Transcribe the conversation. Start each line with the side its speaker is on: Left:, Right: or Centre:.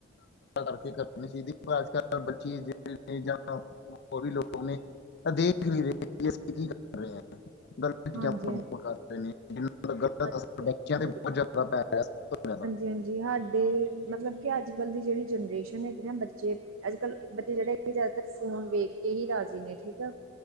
Left: ਕਰਕੇ ਕਰਨੀ ਚਾਈਦੀ ਪਰ ਅੱਜਕੱਲ੍ਹ ਬੱਚੀ ਜ ਨੇ ਜਾਂ ਹੋਰ ਵੀ ਲੋਕ ਨੇ ਦੇਖ ਨ ਰਏ ਕਿ ਅਸੀਂ ਕੀ ਰਹੇ ਗਲ ਚੀਜਾਂ
Right: ਹਾਂਜੀ
Left: ਪ੍ਰਮੋਟ ਕਰ ਰਹੇ ਨੇ। ਗਲਤ
Right: ਹਾਂਜੀ,
Left: ਅਸਰ ਬੱਚੇਆਂ ਤੇ ਬੋਤ ਜ਼ਿਆਦਾ ਪੈ ਰਿਆ ਸਬ ਤੋ ਜਿਆਦਾ।
Right: ਹਾਂਜੀ ਹਾਡੇ ਮਤਲਬ ਕਿ ਅੱਜਕਲ੍ਹ ਦੀ ਜੇੜੀ ਜਨਰੇਸ਼ਨ ਹੈਗੀ ਨਾ ਬੱਚੇ। ਅੱਜਕੱਲ ਬੱਚੇ ਜੇੜੇ ਕਿ ਜਿਆਦਾਤਰ ਫੋਨ ਵੇਖ ਕੇ ਹੀ ਰਾਜੀ ਨੇ ਠੀਕ ਆ।